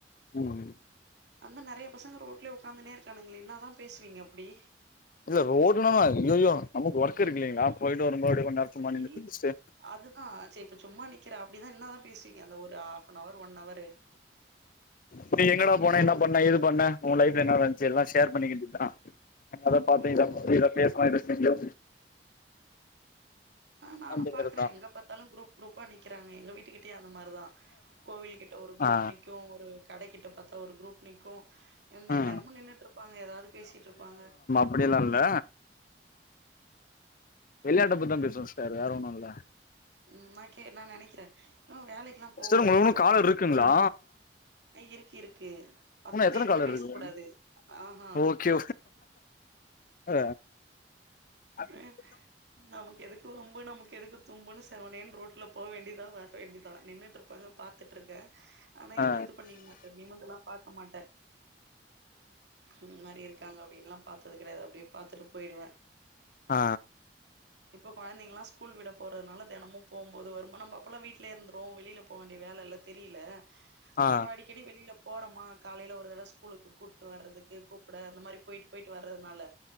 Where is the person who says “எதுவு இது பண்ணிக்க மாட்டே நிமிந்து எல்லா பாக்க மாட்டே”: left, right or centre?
Right